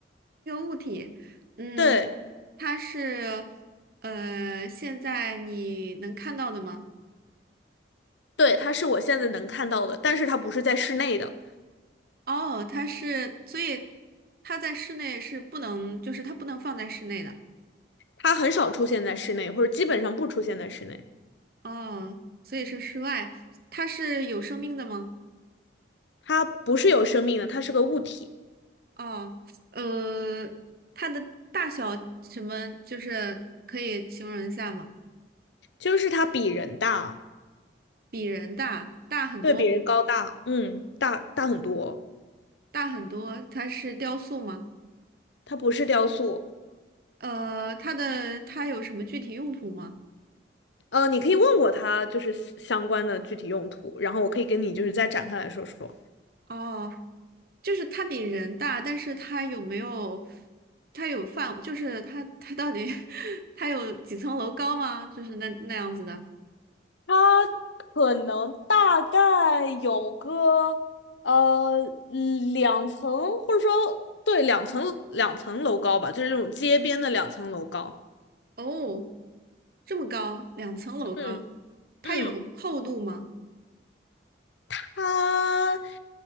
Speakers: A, on the right; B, on the left.
A: <laughs> 嗯，
B: 对
A: 它是呃，现在你能看到的吗？
B: 对，它是我现在能看到的，但是它不是在室内的，
A: 哦，它是，所以它在室内是不能，就是它不能放在室内的。
B: 它很少出现在室内，或者基本上不出现在室内。
A: 哦，所以是室外，它是有生命的吗？
B: 它不是有生命的，它是个物体，
A: 哦，呃，它的大小什么，就是可以形容一下吗？
B: 就是它比人大，
A: 比人大，大很多，
B: 对，比人高大，嗯，大大很多。
A: 大很多。它是雕塑吗？
B: 它不是雕塑，
A: 呃，它的它有什么具体用途吗？
B: 呃，你可以问我它就是相关的具体用途，然后我可以跟你就是再展开来说说。
A: 哦，就是它比人大，但是它有没有？它有范，就是它它到底 <laughs> 它有几层楼高吗？就是那那样子的。
B: 它可能大概有个呃嗯两层，或者说对两层两层楼高吧，就是那种街边的两层楼高。
A: 哦，这么高，两层楼高，
B: 嗯
A: 它有厚度吗？
B: 嗯，它